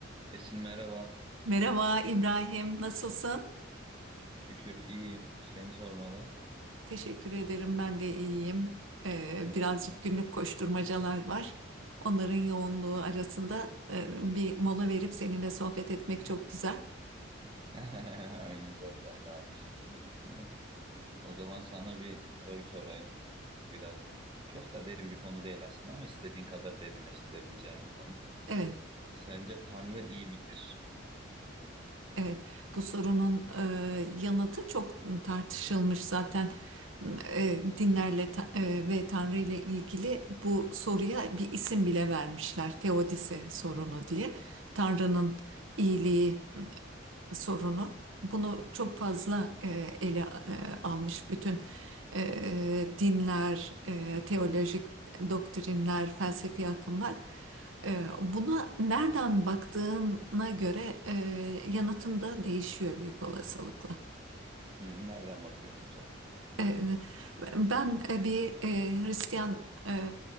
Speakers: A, on the right; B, on the right.
A: Esin merhaba.
B: Merhaba İbrahim, nasılsın?
A: Şükür iyiyim. Seni sormalı.
B: Teşekkür ederim, ben de iyiyim. Ee,
A: Hmm.
B: birazcık günlük koşturmacalar var. Onların yoğunluğu arasında e, bir mola verip seninle sohbet etmek çok güzel.
A: <laughs> Güzel. Ben de aynı şekilde düşünüyorum. O zaman sana bir soru sorayım. Biraz çok da derin bir konu değil aslında ama istediğin kadar derinleştirebileceğim bir konu.
B: Evet,
A: Sence Tanrı iyi midir?
B: evet. Bu sorunun e, yanıtı çok tartışılmış zaten. Hmm, E, dinlerle ta- e, ve Tanrı ile ilgili bu soruya bir isim bile vermişler. Teodise sorunu diye. Tanrı'nın iyiliği sorunu. Bunu çok fazla e, ele e, almış bütün e, dinler, e, teolojik doktrinler, felsefi akımlar. E, buna nereden baktığına göre e, yanıtın da değişiyor büyük olasılıkla.
A: Hmm, nereden bakıyorsun sen?
B: E, Ben e, bir e, Hristiyan e,